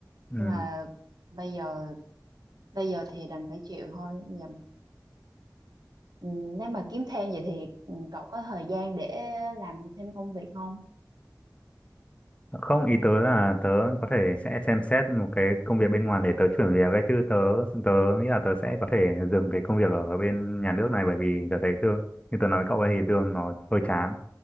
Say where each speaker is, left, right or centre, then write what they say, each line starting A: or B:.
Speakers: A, on the left; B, on the right.
A: ừ.
B: nhưng mà bây giờ bây giờ thì đành phải chịu thôi giờ, ừ, nếu mà kiếm thêm vậy thì ừ, cậu có thời gian để làm thêm công việc không
A: không ý tớ là tớ có thể sẽ xem xét một cái công việc bên ngoài để tớ chuyển việc ấy chứ tớ tớ nghĩ là tớ sẽ có thể dừng cái công việc ở bên nhà nước này bởi vì tớ thấy lương như tớ nói với cậu ấy thì lương nó hơi chán